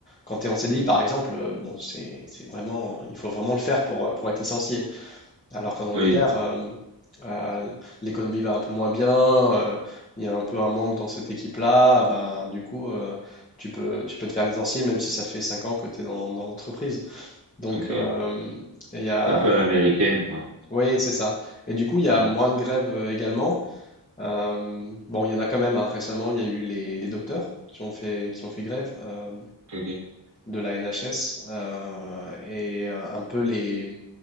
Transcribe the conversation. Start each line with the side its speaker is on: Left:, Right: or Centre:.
Left: quand tu es en CDI par exemple, euh, bon, c'est, c'est vraiment, il faut vraiment le faire pour, euh, pour être licencié. Alors qu'en Angleterre,
Right: oui,
Left: euh, euh, l'économie va un peu moins bien, euh, il y a un peu un manque dans cette équipe-là, ben, du coup, euh, tu peux, tu peux te faire licencier même si ça fait 5 ans que tu es dans, dans l'entreprise. Donc,
Right: ok.
Left: euh, il y a...
Right: C'est un peu à l'américaine, quoi.
Left: Oui, c'est ça. Et du coup, il y a
Right: Ouais.
Left: moins de grèves euh, également. Euh, bon, il y en a quand même, hein. Récemment, il y a eu les, les docteurs qui ont fait, qui ont fait grève euh,
Right: Ok,
Left: de la NHS euh, et euh, un peu les,